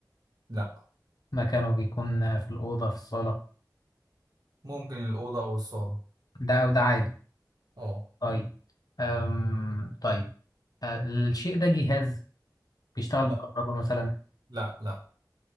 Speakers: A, on the right (about 60°); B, on the left (about 60°).
A: لا
B: مكانه بيكون في الأوضة في الصالة
A: ممكن الأوضة او الصالة
B: ده أو ده عادي
A: اه
B: طيب أم طيب أه، الشيء ده جهاز بيشتغل
A: لا
B: بالكهرباء مثلا
A: لا لا